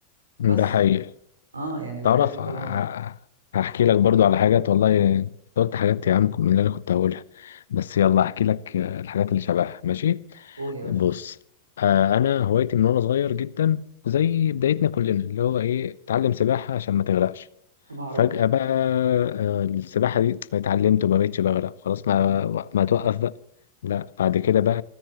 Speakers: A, on the right; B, on the left.
A: بس
B: ده حقيقي
A: اه يعني الحاجات
B: تعرف
A: دي كلها
B: ه-
A: مهمه
B: هحكي لك برضو على حاجات والله أنت قلت حاجات يا عم من اللي انا كنت هقولها بس يلا احكي لك آه، الحاجات اللي شبهها ماشي
A: قول يا
B: بص
A: باشا
B: آه، انا هوايتي من وانا صغير جدا زي بدايتنا كلنا اللي هو ايه اتعلم سباحة عشان ما تغرقش
A: <laughs> معروف
B: فجأة بقى آه، السباحة دي اتعلمت وما بقتش بغرق خلاص ما ما توقف بقى لا بعد كده بقى